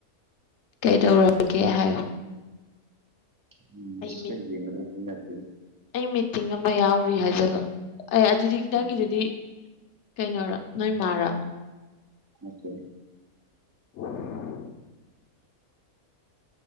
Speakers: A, on the left; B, on the right.
A: ꯀꯩꯗꯧꯔꯒꯦ ꯍꯥꯏꯌꯨ
B: ꯎꯝ ꯃꯦꯁꯦꯖꯀ
A: ꯃꯤꯠ
B: ꯌꯦꯡꯒꯗꯕ ꯃꯤ ꯅꯠꯇꯦꯅꯦ
A: ꯑꯩ ꯃꯤꯇꯤꯡ ꯑꯃ ꯌꯥꯎꯔꯤ ꯍꯥꯏꯖꯜꯂꯣ ꯑꯦ ꯑꯗꯨꯗꯤ ꯅꯪꯒꯤꯗꯨꯗꯤ
B: ꯎꯝ
A: ꯀꯩꯅꫭꯔ ꯅꯣꯏ ꯃꯥꯔ
B: ꯅꯠꯇꯦ
A: <unintelligible>